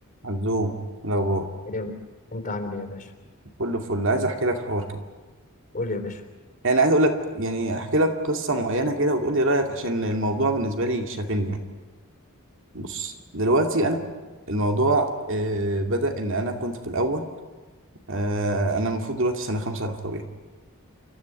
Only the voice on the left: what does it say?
إيه يا ب- انت عامل ايه يا باشا
قول يا باشا